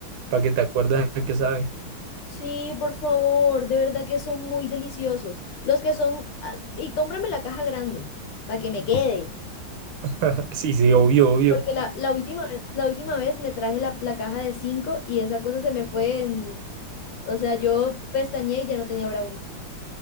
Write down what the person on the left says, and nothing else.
Sí, por favor, de verdad que son muy deliciosos. Los que son, ah, y cómprame la caja grande para que me quede.
Porque la, la última vez, la última vez me traje la, la caja de cinco y esa cosa se me fue en, o sea, yo pestañeé y ya no tenía brownies.